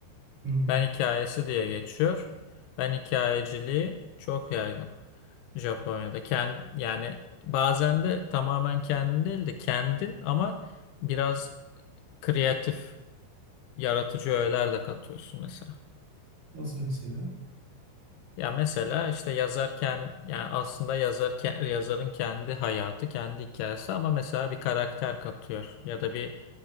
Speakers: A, on the right; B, on the left.
A: hmm,
B: Ben hikayesi diye geçiyor. Ben hikayeciliği çok yaygın Japonya'da. Kend, yani bazen de tamamen kendin değil de kendin ama biraz kreatif, yaratıcı öğeler de katıyorsun mesela.
A: Nasıl mesela?
B: Ya mesela işte yazarken yani aslında yazar ke- yazarın kendi hayatı, kendi hikayesi ama mesela bir karakter katıyor ya da bir